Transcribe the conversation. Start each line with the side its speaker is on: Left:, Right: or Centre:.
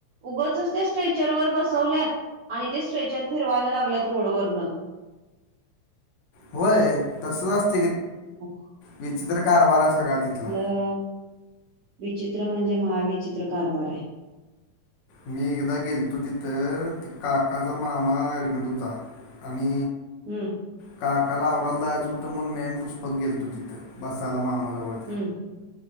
Right: उगंचच त्या स्ट्रेचर वर बसवल्यात आणि ते स्ट्रेचर फिरवायला लागल्यात रोडवरन.
Left: होय तसंच असं-
Right: ह हो <inaudible>
Left: विचित्र कारभार आहे सगळा तिथला.
Right: हम्म विचित्र म्हणजे महाविचित्र कारभार आहे.
Left: मी एकदा गेलतो तिथं ते काकाचा मामा ऍडमिट होता आणि
Right: हम्म
Left: काकाला आवराला जायाचं होतं म्हणुन मी अन पुष्पक गेलतो तिथं बसायला मामा जवळ.
Right: हम्म